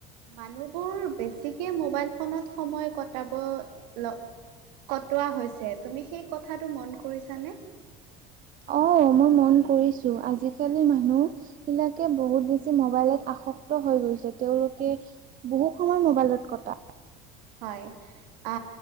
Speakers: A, on the right; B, on the right.
A: মানুহবোৰ বেছিকে মোবাইল ফোনত সময় কটাব ল কটোৱা হৈছে, তুমি সেই কথাটো মন কৰিছানে?
B: অ', মই মন কৰিছো, আজিকালি মানুহ বিলাকে বহুত বেছি ম'বাইলত আ সক্ত হৈ গৈছে, তেওঁলোকে বহু সময় মোবাইলত কটায়
A: হয়, আ